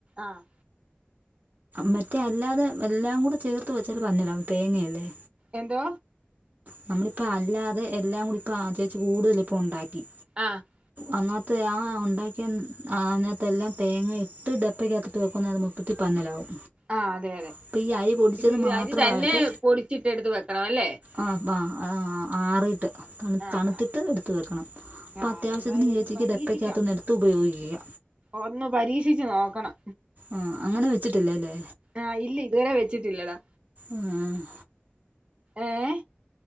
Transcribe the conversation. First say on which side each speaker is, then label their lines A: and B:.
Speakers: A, on the right; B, on the right.
A: ആഹ്
B: മറ്റേ അല്ലാതെ എല്ലാം കൂടെ ചേർത്ത് വെച്ചാൽ പന്നില്ല തേങ്ങയല്ലേ
A: എന്തൊ
B: നമ്മളിപ്പ അല്ലാതെ എല്ലാം കൂടി ഇപ്പൊ ആഹ് ചേച്ചി കൂടുതലിപ്പൊ ഉണ്ടാക്കി
A: ആഹ്
B: അന്നത്തെ ആഹ് ഉണ്ടാക്കിയ അന്നത്തെ എല്ലാം തേങ്ങ ഇട്ട് ഡപ്പക്കാത്ത് ഇട്ട് വെക്കുന്നത്ത് മൊത്തത്തി പന്നലാവും
A: ആഹ് അതെ അതെ
B: അപ്പം ഈ അരി പൊടിച്ചത്
A: ഇത്
B: മാത്രമായിട്ട്
A: അരി തന്നെ പൊടിച്ചിട്ട് എടുത്ത് വെക്കണം ല്ലേ
B: അ ബ ആഹ് ആറീട്ട് തണു
A: ആഹ്
B: തണുത്തിട്ട്
A: ആഹ്
B: എടുത്ത് വെക്കണം അപ്പോ
A: ആഹ്
B: അത്യാവശ്യത്തിന്
A: എന്തായാലും
B: ചേച്ചിക്ക്ത്
A: ഇത് പരീക്ഷിക്കാം
B: ഡപ്പക്കകത്തൊന്ന് എടുത്ത് ഉപയോഗിക്കുക
A: ഒന്ന് പരീക്ഷിച്ച് നോക്കണം
B: ആഹ് അങ്ങനെ വെച്ചിട്ടില്ലല്ലേ
A: ആഹ് ഇല്ല ഇതുവരെ വെച്ചിട്ടില്ലടാ
B: ആഹ്
A: ഏഹ്